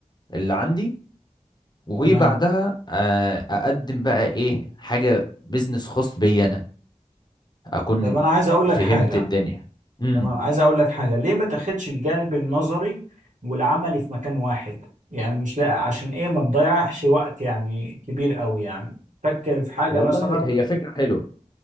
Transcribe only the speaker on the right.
تمام
طب انا عايز اقول لك
حاجه
تمام عايز اقول لك حاجه ليه ما تاخدش الجانب النظري والعملي في مكان واحد يعني مش لا عشان ايه ما تضيعش وقت يعني كبير قوي يعني فكر في حاجه
مثلا